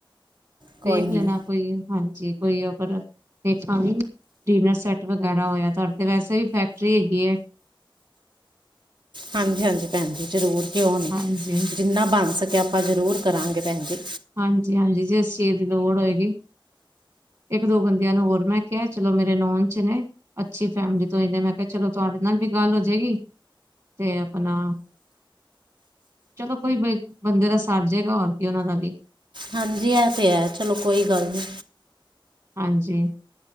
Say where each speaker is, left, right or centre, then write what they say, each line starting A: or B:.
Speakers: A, on the right (about 60°); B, on the right (about 40°).
A: ਕੋਈ
B: ਦੇਖ
A: ਨੀ
B: ਲੈਣਾ ਕੋਈ ਹਾਂਜੀ ਕੋਈ ਉਹ ਪਰ ਦੇਖਾਂਗੀ ਡਿਨਰ ਸੈੱਟ ਵਗੈਰਾ ਹੋਇਆ ਤਾਂ ਤੁਹਾਡੇ ਤੇ ਵੈਸੇ ਵੀ ਫੈਕਟਰੀ ਹੈਗੀ ਐ
A: ਹਾਂਜੀ ਹਾਂਜੀ ਭੈਣ ਜੀ ਜ਼ਰੂਰ ਕਿਉਂ ਨੀ
B: ਹਾਂਜੀ
A: ਜਿੰਨਾ ਬਣ ਸਕਿਆ ਆਪਾਂ ਜ਼ਰੂਰ ਕਰਾਂਗੇ ਭੈਣ ਜੀ
B: ਹਾਂਜੀ ਹਾਂਜੀ ਜਿਸ ਚੀਜ਼ ਦੀ ਲੋੜ ਹੋਏਗੀ ਇੱਕ ਦੋ ਬੰਦਿਆਂ ਨੂੰ ਹੋਰ ਮੈਂ ਕਿਹਾ ਚਲੋ ਮੇਰੇ ਨੋਨ ਚ ਨੇ ਅੱਛੀ ਫੈਮਲੀ ਤੋਂ ਇਹਨੇ ਮੈਂ ਕਿਹਾ ਚਲੋ ਤੁਹਾਡੇ ਨਾਲ ਵੀ ਗੱਲ ਹੋ ਜਾਏਗੀ ਤੇ ਆਪਣਾ ਚਲੋ ਕੋਈ ਬ ਬੰਦੇ ਦਾ ਸਰ ਜਾਏਗਾ ਹੋਰ ਕੀ ਉਨਾਂ ਦਾ ਵੀ
A: ਹਾਂਜੀ ਇਹ ਤੇ ਹੈ ਚਲੋ ਕੋਈ ਗੱਲ ਨੀ
B: ਹਾਂਜੀ